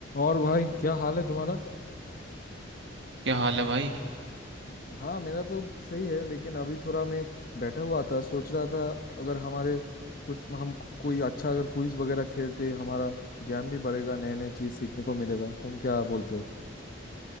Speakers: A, on the left; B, on the right.
A: और भाई क्या हाल है तुम्हारा
B: क्या हाल है भाई
A: हाँ मेरा तो सही है लेकिन अभी थोड़ा मैं बैठा हुआ था सोच रहा था अगर हमारे कुछ हम कोई अच्छा अगर क्विज वगैरह खेलते हमारा ज्ञान भी बढ़ेगा नए नए चीज सीखने को मिलेगा तुम क्या बोलते हो